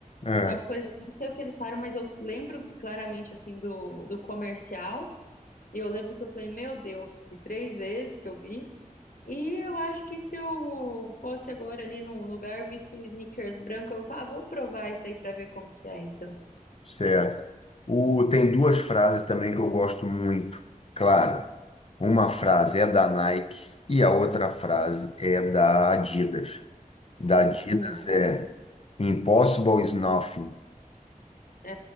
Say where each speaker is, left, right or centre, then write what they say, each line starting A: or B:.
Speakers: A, on the left; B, on the left.
A: É,
B: Só que, por exemplo, não sei o que eles falaram, mas eu lembro claramente assim do, do comercial. E eu lembro que eu falei, meu Deus, e três vezes que eu vi. E eu acho que se eu fosse agora ali num lugar, visse o sneakers branco, eu falava, ah, vou provar isso aí pra ver como que é, então.
A: certo. O, tem duas frases também que eu gosto muito. Claro, uma frase é da Nike e a outra frase é da Adidas. Da
B: Uhum,
A: Adidas é Impossible is nothing.
B: é,